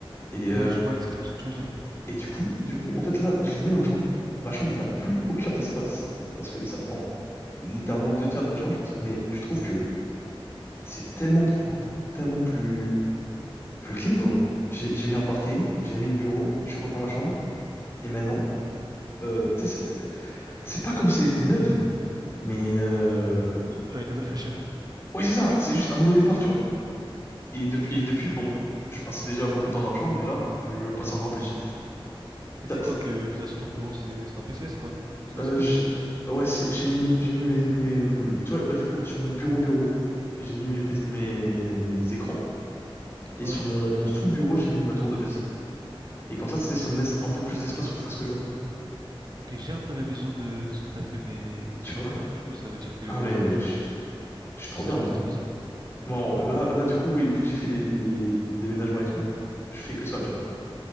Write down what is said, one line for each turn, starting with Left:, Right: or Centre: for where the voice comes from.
Left: Et,
Right: Ouais,
Left: euh,
Right: je vois exactement ce que tu veux dire.
Left: et du coup, du coup, en fait, là, je l'ai mis dans ma chambre. Ma chambre n'a plus <laughs> aucun espace. Parce que ça prend littéralement deux tiers de ma chambre. Mais je trouve que c'est tellement plus propre, tellement plus, plus clean, quoi. J'ai j'ai mis un parquet, j'ai mis le bureau, je repeins ma chambre. Et maintenant, euh, tu sais, c'est c'est pas comme si elle était neuve, mais euh...
Right: Genre une nouvelle fraîcheur.
Left: ouais, c'est ça, c'est juste un nouveau départ, tu vois. Et
Right: Ouais.
Left: depuis, et depuis, bon, je passais déjà beaucoup de temps dans la chambre, mais là, je, je passe encore plus.
Right: Et
Left: T'as-
Right: c'est
Left: t'as-
Right: quoi que, que t'as sur ton bureau? C'est c'est un PC, c'est quoi? C'est
Left: euh,
Right: un setup?
Left: j'ai- ouais, c'est- j'ai mis, j'ai mis mes, mes, tu vois, bah du coup, sur mon bureau bureau, j'ai mis mes, PC mes, mes, mes écrans, et
Right: Ouais.
Left: sur mon, mon sous-bureau, j'ai mis ma tour de PC. Et comme ça, tu sais, ça me laisse un peu plus d'espace pour faire ce que je veux,
Right: Ok, j'ai un peu la vision de, de ce que t'as fait, mais, mais
Left: tu
Right: c'est
Left: vois.
Right: incroyable. Du coup, ça veut dire que
Left: Ah mais,
Right: bah, tu
Left: je
Right: passes,
Left: je suis
Right: tu
Left: trop
Right: passes
Left: bien,
Right: tes journées
Left: moi.
Right: sur ton PC.
Left: Bon, là, là, du coup, oui, vu que j'ai fait les, les, les déménagements et tout, je fais que ça, tu vois.